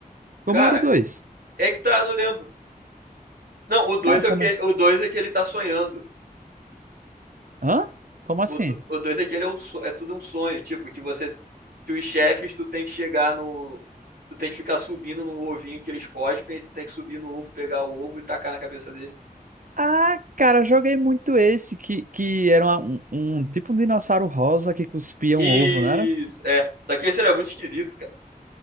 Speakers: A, on the right; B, on the right.
A: Como
B: Cara,
A: era o 2?
B: é que tá, eu não lembro. Não, o dois
A: Cara,
B: é
A: também.
B: o que, o 2 é que ele tá sonhando.
A: Hã? Como assim?
B: O, do- o dois é que ele é, um, so- é tudo um sonho, tipo, que você, que os chefes, tu tem que chegar no, tu tem que ficar subindo no ovinho que eles cospem, e tu tem que subir no ovo, pegar o ovo e tacar na cabeça dele. Uhum.
A: Ah, cara, joguei muito esse que, que era uma- um, um tipo um dinossauro rosa que cuspia
B: Isso,
A: um ovo, não era?
B: é. Só que esse era muito esquisito, cara.